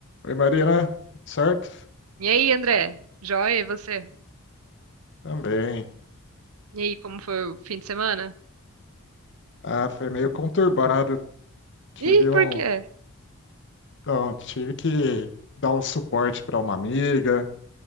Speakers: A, on the left (about 55°); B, on the right (about 70°).
A: Oi, Marina, certo?
B: E aí, André? Joia, e você?
A: Também.
B: E aí, como foi o fim de semana?
A: Ah, foi meio conturbado. Tive
B: Ih,
A: um,
B: por quê?
A: então, tive que dar um suporte para uma amiga.